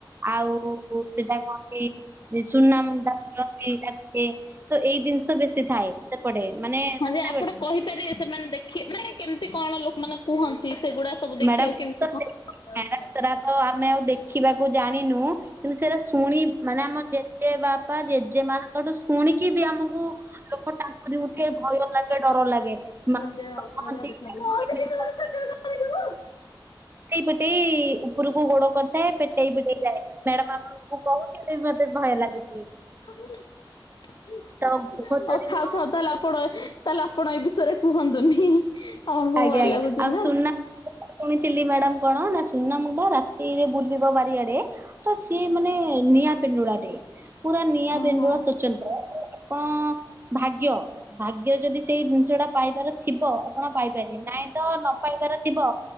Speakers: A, on the right (about 25°); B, on the left (about 65°).
A: ଆଉ ସେଟା କହନ୍ତି ସୁନାମଣ୍ଡା ଫୁଲ। ଏଇ ରାତିରେ ତ ଏଇ ଦିନିଷ ବେଶୀ ଥାଏ ସେପଟେ। ମାନେ
B: ହଁ
A: ସତେବେଳେ।
B: ଯେ ଆପଣ କହିପାରିବେ ସେମାନେ ଦେଖି ନାଇଁ କେମିତି କଣ ଲୋକମାନେ କୁହନ୍ତି? ସେଗୁଡା ସବୁ ଦେଖିଆକୁ
A: ମ୍ୟାଡାମ
B: କେମିତି
A: ତ
B: କଣ
A: ମ୍ୟାଡାମ ସେରା ତ ଆମେ ଆଉ ଦେଖିବାକୁ ଜାଣିନୁ। କିନ୍ତୁ ସେରା ଶୁଣି ମାନେ ଆମ ଜେଜ୍ ଜେଜେ ବାପା, ଜେଜେମାଙ୍କଠୁ ଶୁଣିକି ବି ଆମକୁ ଲୋକ ଟାଙ୍କୁରି ଉଠେ, ଭୟ ଲାଗେ, ଡର ଲାଗେ, ମା
B: <inaudible>
A: କହନ୍ତି କେମିତି ଏଇପଟେ ଉ ଉପରକୁ ଗୋଡ କରିଥାଏ, ପେଟେଇ ପିଟେଇ ଯାଏ। ମ୍ୟାଡାମ୍ ଆପଣଙ୍କୁ କହୁଚି ବି ମତେ ଭୟ ଲାଗୁଛି।
B: ହଉ, ଥାଉ
A: ତ ଗୃହ ଚୋରି କହନ୍ତି
B: ଥାଉ, ତାହେଲେ ଆପଣେ ତାହେଲେ, ଆପଣ ଏ ବିଷୟରେ କୁହନ୍ତୁନି। ଆପଣଙ୍କୁ
A: ଆଜ୍ଞା
B: ଭୟ
A: ଆଜ୍ଞା
B: ଲାଗୁଛି
A: ଆଉ
B: ନା!
A: ସୁନା ଶୁଣିଥିଲି ମ୍ୟାଡାମ୍ କଣ? ନା, ସୁନା ମୁଣ୍ଡା ରାତିରେ ବୁଲିବ ବାରିଆଡେ। ତ ସିଏ ମାନେ ନିଆଁ ପିଣ୍ଡୁଳା ଟେ। ପୁରା ନିଆଁ
B: ଓହୋ
A: ପେଣ୍ଡୁଳା ସ୍ଵଚନ୍ତ୍ର, ଆପଣ ଭାଗ୍ୟ! ଭାଗ୍ୟ ଯଦି ସେଇ ଜିନିଷ ଟା ପାଇବାର ଥିବ! ଆପଣ ପାଇପାରିବେ। ନାଇଁ ତ ନ ପାଇବାର ଥିବ